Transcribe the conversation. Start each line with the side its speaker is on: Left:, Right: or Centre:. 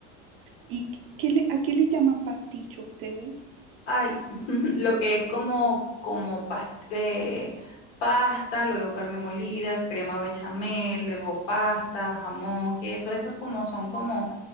Right: ¿Y qué le- a qué le llaman pasticho ustedes?
Left: Ay, <laughs> lo que es como, como pas- eh, pasta, luego carne molida, crema bechamel, luego pasta, jamón, queso, esos como son como,